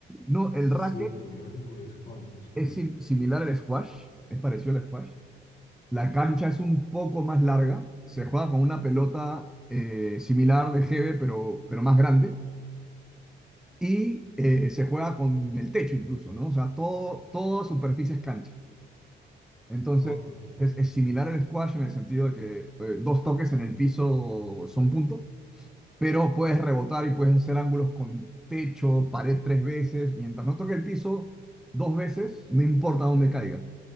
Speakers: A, in the centre; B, on the left.
A: No, el
B: sí,
A: racket
B: pero el racquetball es cuál, disculpa.
A: es sim- similar al squash, es parecido al squash, La cancha es un poco más larga, se juega con una pelota eh, similar de GB, pero, pero más grande, y eh, se juega con el techo incluso, ¿no? O sea, todo, toda superficie es cancha. Entonces,
B: Ah, ok.
A: es, es similar al squash en el sentido de que eh, dos toques en el piso son punto, pero puedes rebotar y puedes hacer ángulos con techo, pared tres veces, mientras no toque el piso dos veces, no importa dónde caiga.